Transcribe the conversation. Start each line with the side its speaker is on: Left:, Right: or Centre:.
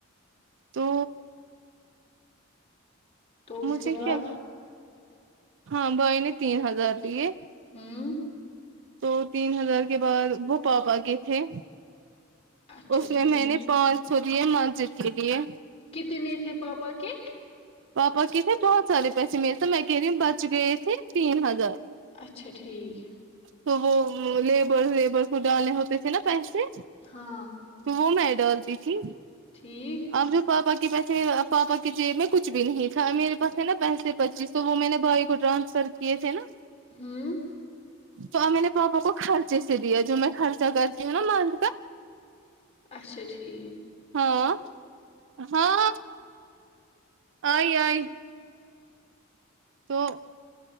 Right: تو
Left: تو اس
Right: مجھے
Left: کے بعد
Right: کیا ہاں بھائی نے تین ہزار لیے
Left: ہوں
Right: تو تین ہزار کے بعد وہ پاپا کے تھے
Left: اچھا
Right: اس
Left: ٹھیک
Right: میں مینے پانچ سو دیے مسجد کے لیے
Left: کتنے تھے پاپا کے
Right: پاپا کے تھے بہت سارے پیسے میرے تھے میں کہہ رہی ہوں بچ گئے تھے تین ہزار
Left: اچھا ٹھیک
Right: تو وہ لیبر لیبرکو ڈالے ہوتے تھے نا پیسے
Left: ہاں
Right: تو وہ میں ڈالتی تھی
Left: ٹھیک
Right: اب جو پاپا کے پیسے پاپا کے جیب میں کچھ بھی نہیں تھا میرے پاس ہے نا پیسے پچیس تو وہ میں نے بھائی کو ٹرانسفر کیے تھے نا
Left: ہوں
Right: تو میں نے پاپا کو خرچے سے دیا جو میں خرچا کرتی ہوں نا منتھ کا
Left: اچھا ٹھیک
Right: ہاں ہاں آئی آئی تو